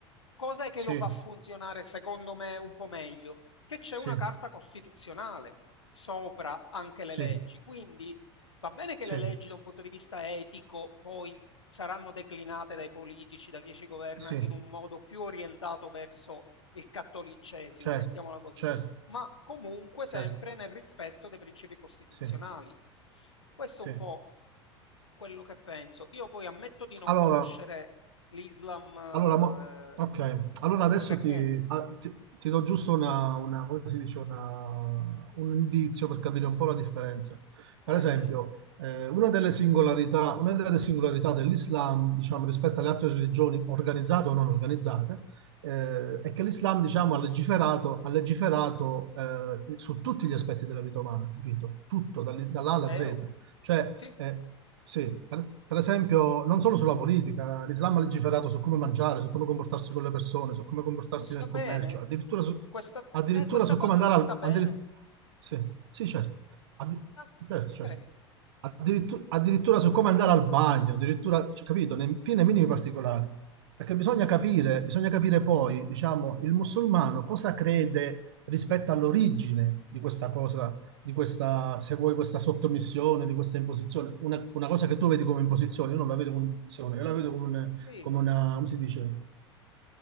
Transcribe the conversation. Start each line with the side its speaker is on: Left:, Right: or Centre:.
Left: cos'è che
Right: sì,
Left: lo fa funzionare secondo me un po' meglio? Che c'è
Right: sì,
Left: una carta costituzionale sopra anche le
Right: sì,
Left: leggi, quindi va bene che
Right: sì,
Left: le leggi da un punto di vista etico poi saranno declinate dai politici, da chi ci governa,
Right: sì,
Left: in un modo più orientato verso il cattolicesimo,
Right: certo,
Left: mettiamola così,
Right: certo,
Left: ma comunque sempre
Right: certo,
Left: nel rispetto dei principi costituzionali.
Right: sì,
Left: Questo
Right: sì.
Left: è un po' quello che penso. Io poi ammetto di non
Right: Allora,
Left: conoscere l'Islam
Right: Allora, mo-
Left: eh,
Right: ok, allora
Left: così
Right: adesso
Left: per
Right: ti,
Left: niente.
Right: a-
Left: Mm.
Right: ti- ti do giusto una, una- come si dice, una- un indizio per capire un po' la differenza.
Left: Volentieri,
Right: Per esempio, eh, una delle singolarità, una delle singolarità dell'Islam, diciamo, rispetto alle altre religioni organizzate o non organizzate, eh,
Left: sì.
Right: è che l'Islam, diciamo, ha legiferato, ha legiferato, eh, su tutti gli aspetti della vita umana, capito? Tutto, dall'I- dall'A
Left: È
Right: alla
Left: vero?
Right: Z. Cioè,
Left: Sì,
Right: eh, sì, per, per esempio, non solo sulla politica, l'Islam ha legiferato su come mangiare, su come comportarsi con le persone, su come comportarsi
Left: ti sta
Right: nel
Left: bene?
Right: commercio, addirittura su,
Left: Questa,
Right: addirittura
Left: eh, questa
Right: su
Left: cosa
Right: come andare
Left: ti sta
Right: al...
Left: bene?
Right: addiri- sì, sì, certo. Addi-
Left: Ah,
Right: certo, certo.
Left: ok.
Right: Addirittu- addirittura su come andare al bagno, addirittura, cioè, capito, nei, fin nei minimi particolari. Perché bisogna capire, bisogna capire poi, diciamo, il musulmano cosa crede rispetto all'origine di questa cosa, di questa, se vuoi, questa sottomissione, di questa imposizione. Una, una cosa che tu vedi come imposizione, io non la vedo come imposizione, io la vedo come, un-
Left: Capito,
Right: come una, come si dice? Io